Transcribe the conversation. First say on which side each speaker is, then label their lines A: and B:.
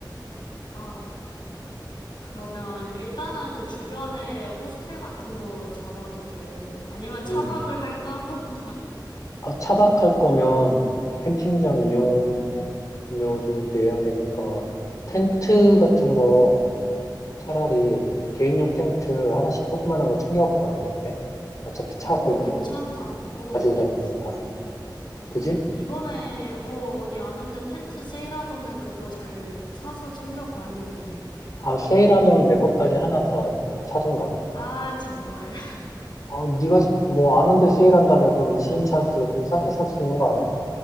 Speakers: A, on the left; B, on the left.
A: 아, 그러면 일단은 그 주변에 호스텔 같은 거 잡아도 되고, 아니면 차박을
B: 음.
A: 할까? <laughs>
B: 아, 차박할 거면 캠핑장 이용료도 내야 되니까 텐트
A: 아,
B: 같은 거 차라리 개인용 텐트 하나씩 조그만한 거 챙겨갖고 가는 게 어때? 어차피 차
A: 오,
B: 그,
A: 괜찮다. 오,
B: 가지고 다닐 거니까. 그지?
A: 이번에, 어, 어디 아는데 텐트 세일하던데 그거 잘 사서 챙겨가야겠네.
B: 아, 세일하면 내 것까지 하나 더 사든가.
A: 아, 정말.
B: 어, 네가 뭐 아는데 세일한다며 그럼 지인 찬스로 좀 싸게 살 수 있는 거 아니야?